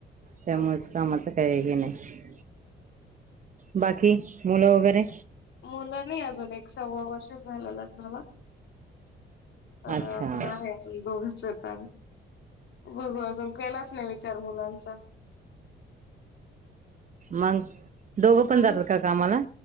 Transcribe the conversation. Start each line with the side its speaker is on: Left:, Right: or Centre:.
Right: त्यामुळेच
Left: हो.
Right: कामाचं काय हे नाही. बाकी? मुलं वगैरे
Left: मुलं नाही अजून एक सव्वा वर्ष झालं लग्नाला. तर
Right: अच्छा
Left: अजुन
Right: हा
Left: आहे. दोघचत आमी, बघू अजून केलाच नाही विचार मुलांचा.
Right: मंग, दोघं
Left: करू
Right: पण जातात का कामाला?